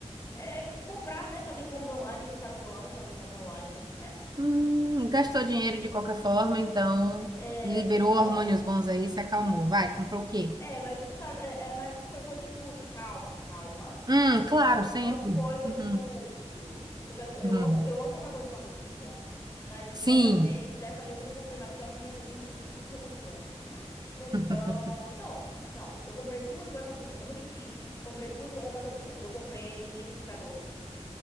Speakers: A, on the left; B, on the right.
A: é, comprar, né, fazer compra online, tu sabe que eu amo fazer compra online,
B: Hum, gastou dinheiro de qualquer forma, então
A: <laughs> é,
B: liberou
A: tu sabe...
B: hormônios bons aí, se acalmou. Vai, comprou o quê?
A: É, mas tu sabe, é, é, mas não foi coisa inútil. Calma, calma.
B: Hum, claro,
A: E
B: sempre.
A: não foi coisa
B: Uhum,
A: inútil. Você sabe, eu
B: uhum.
A: amo, eu amo comprar coisa pra cozinha, mas
B: Sim.
A: dessa vez, dessa vez eu não comprei mais, porque eu acho que minha cozinha já tá quase toda pronta. <laughs> Então,
B: <laughs>
A: não, não, eu comprei duas coisas pra cozinha, pra não mentir, comprei duas coisas pra cozinha. Eu comprei um liquidificador